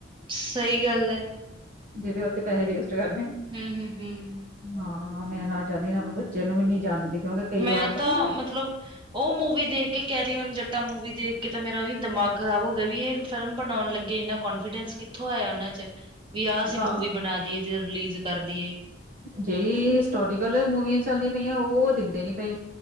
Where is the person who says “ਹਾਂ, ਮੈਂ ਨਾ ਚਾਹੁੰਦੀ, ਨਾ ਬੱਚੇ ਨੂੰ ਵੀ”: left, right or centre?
Right